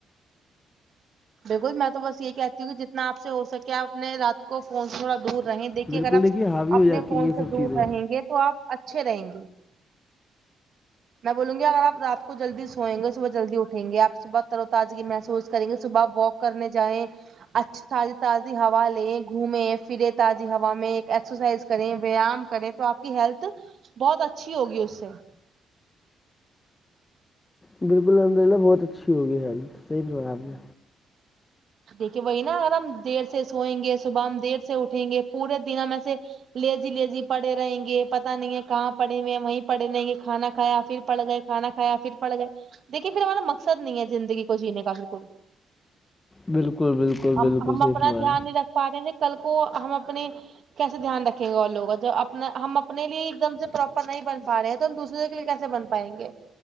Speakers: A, on the right; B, on the left.
A: بالکل میں تو بس یہی کہتی ہوں کہ جتنا آپ سے ہو سکے آپ اپنے رات کو فون سے تھوڑا دور رہے دیکھیے
B: بالکل
A: اگر آپ
B: حاوی ہو
A: اپنے
B: جاتی
A: فون
B: ہیں یہ سب
A: سے دور
B: چیزیں
A: رہیں گے تو آپ اچھے رہیں گے میں بولوں گی اگر آپ رات کو جلدی سوئیں گے صبح جلدی اٹھیں گےآپ صبح تر و تازی محسوس کریں گے صبح واک کرنے جائیں اچھا تازی تازی ہوا لیں گھومیے پھرے تازی ہوا میں ایک ایکسرسائز کریں ویام کریں تو آپ ہیلتھ بہت اچھی ہوگی اس سے
B: بالکل الحمد للہ بہت اچھی ہوگی ہیلت صحیح رہا آپ نے
A: دیکھیے وہی نا اگر ہم دیر سے سوئیں گے صبح ہم دیر سے اٹھیں گے پورے دن ہم میں سے لی جی لی جی پڑے رہیں گے پتا نہیں کہاں پڑیں ہوئے وہیں پڑے رہیں گے کھانا کھایا پھر پڑ گئے کھانا کھایا پھر پڑ گئے دیکھیے پھر ہمارا مقصد نہیں ہے زندگی کو جینے کا پھر کوئی
B: بالکل بالکل
A: ہم
B: بالکل
A: ہم
B: صحیح
A: اپنا
B: فرمایا
A: دھیان نہیں رکھ پا رہے کل کو ہم اپنے کیسے دھیان رکھیں گے وہ لوگ کا جب اپنا ہم اپنے لیے ایک دم سے پراپر نہیں بن پا رہے تو ہم دوسرے کے لیے کیسے بن پائیں گے